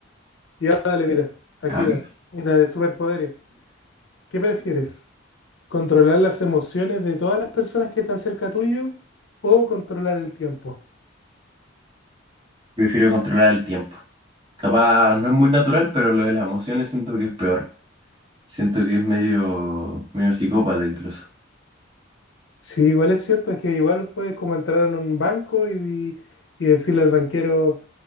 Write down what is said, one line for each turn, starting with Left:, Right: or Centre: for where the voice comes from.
Left: Y ahora dale, mira, aquí
Right: A ver.
Left: va. Una de superpoderes. ¿Qué prefieres? ¿Controlar las emociones de todas las personas que están cerca tuyo o controlar el tiempo?
Right: Prefiero controlar el tiempo. Capaz no es muy natural, pero lo de las emociones siento que es peor. Siento que es medio, medio psicópata incluso.
Left: Sí, igual es cierto, es que igual puedes como entrar en un banco y, y decirle al banquero,